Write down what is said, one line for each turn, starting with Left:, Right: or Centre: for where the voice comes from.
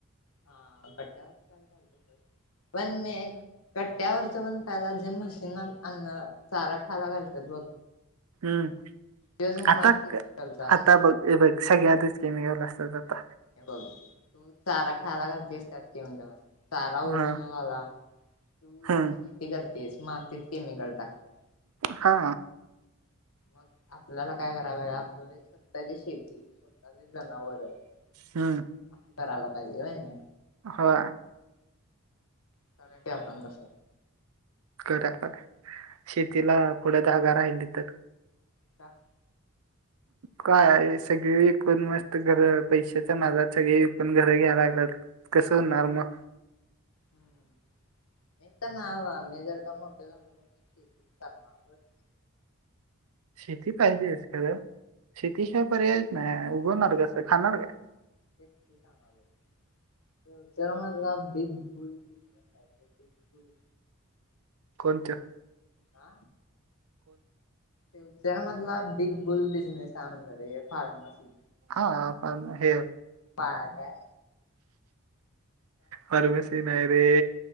Left: हा कट्ट्यावरचयला चालत पण मी कट्ट्यावरच पणला जे अन्न चारा खायला घालतात बघ
Right: हम्म
Left: त्योच मुळात
Right: आता
Left: केमिकलचा असतोय
Right: आता बघ बघ सगळ्यातच केमिकल असतात आता
Left: हे बघ तू चारा खायला घालते अससतात कि म चारा ओरिजिनल
Right: हा
Left: आला तू
Right: हम्म
Left: जी शेती करतेस मातेत केमिकल टाकतात
Right: हा
Left: मग आपल्याला काय करावं आपले स्वतःची शेती स्वतः वर अस
Right: हम्म
Left: करायला पाहिजे
Right: हा
Left: खय क आपण द स
Right: करा शेतीला पुढ धागा राहिली तर
Left: का
Right: काय सगळे विकून मस्त घर पैशाच्या नादात सगळे विकून घर घ्याय लागलात कसं होणार मग
Left: हम्म नाही तर ना ह आ्ी जर का मोठे झाले तर का शेती करणार तर <unintelligible>
Right: शेती पाहिजेच खरां शेतीशाय पर्याय नाही उघडणार कसं खाणार का
Left: तेच ते सांगज त्या मलं big bull business big bull
Right: कोणत्या
Left: ह फ्यचर मधला बिग बुल बिझनेस कामंद रे फार्मसी
Right: हा का हे
Left: पा का
Right: मरमश्री नाय रे